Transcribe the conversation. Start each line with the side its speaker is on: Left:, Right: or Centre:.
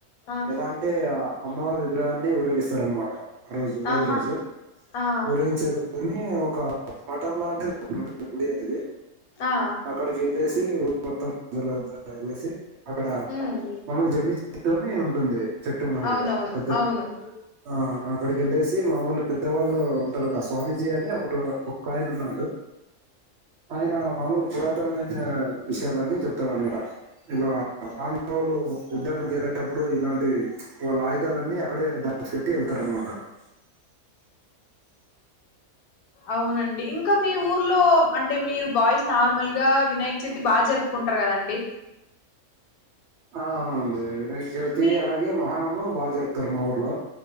Left: ఆ
Right: ఎలా అంటే అమ్మవారి విగ్రహాన్ని ఊరేగిస్తారనమాట ఆ రోజు ఉగాది
Left: ఆహా
Right: రోజు
Left: ఆ
Right: ఊరేగించే గానీ కా మటంలాంటిది ఒకటుంటది గుడి అనేది
Left: ఆ ఆ
Right: అక్కడికి వెళ్ళేసి మొత్తం ప్రైమేసి అక్కడ
Left: ఉమ్
Right: మనం జమ్మిచెట్టు అని ఉంటుంది చెట్టు మాదిర్గా
Left: అవునవును
Right: పెద్దది
Left: అవును
Right: ఆ అక్కడికెళ్ళేసి మాములు పెద్దవాళ్ళు ఉంటారు స్వామీజీ అని ఒక ఒక ఆయన ఉన్నాడు ఆయన మామూలు పురాతనమైన విషయాలన్నీ చెప్తారు అనమాట ఇలా పాండవులు యుద్ధనికి వెళ్ళేటప్పుడు ఇలాంటి వాళ్ళ ఆయుధాలన్నీ అక్కడే దాచుపెట్టి వెళ్తారు అనమాట <inaudible>
Left: అవునండి ఇంకా మీ ఊర్లో అంటే మీరు బాయ్స్ నార్మల్ గా వినాయక్ చవితి బాగా జరుపుకుంటారు కదండి
Right: ఆ అవునండి అది వినాయక చవితి
Left: మీ
Right: అలాగే మొహరము బాగా జరుగుతారు మా ఊర్లో